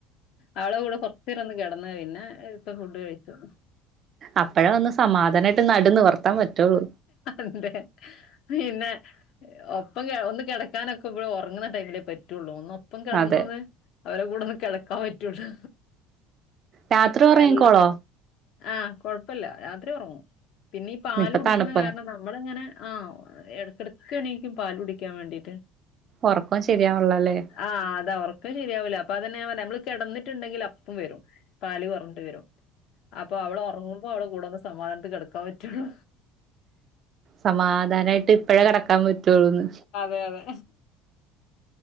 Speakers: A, on the left; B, on the right.
A: അവളെ കൂടെ കൊറ്ച്ചേരൊന്ന് കെടന്ന് പിന്നെ ഇപ്പൊ ഫുഡ് കഴിക്കു
B: അപ്പഴാ ഒന്ന് സമാധാനായിട്ട് നടു നിവർത്താം പറ്റുള്ളൂ
A: അന്തെ പിന്നെ ഒപ്പം കെ ഒന്ന് കെടക്കാനൊക്കെ ഇവള് ഒറങ്ങുന്ന ടൈമിലേ പറ്റുള്ളൂ ഒന്നു പ്പം കെടന്നത്
B: അതെ
A: അവരെ കൂടൊന്ന് കെടക്കാൻ പറ്റുള്ളൂ
B: രാത്രി ഉറങ്ങിക്കോളോ
A: എല്ല ആഹ്‌ കൊഴപ്പല്ല രാത്രി ഒറങ്ങും. പിന്നി ഈ പാല്
B: ഇപ്പൊ
A: കുടിക്ക്ന്ന
B: തണുപ്പല്ലേ
A: കാര്ണന്താ വള്ങ്ങനെ ആഹ്‌ എടക്കെടക്കെ ണീക്കും പാലുടിക്കാൻ വേണ്ടീട്ട്.
B: ഒറക്കം ശരിയാവ്‌ൺല്ലല്ലേ
A: ആഹ് അതാ ഒറക്കം ശരിയാവൂല അപ്പതന്നെ ഞാം പർഞ്ഞേ നമ്മള് കെടന്നിട്ടുണ്ടെങ്കില് അപ്പം വരും. പാല് പർഞ്ഞ്ട്ട് വരും. അപ്പൊ അവളൊറങ്ങുമ്പോ അവളെ കൂടൊന്ന് സമാധാനത്തി കെട്ക്കാൻ പറ്റുള്ളൂ.
B: സമാധാനായിട്ട് ഇപ്പഴേ കെടക്കാൻ പറ്റുള്ളൂന്ന്.
A: അതെ അതെ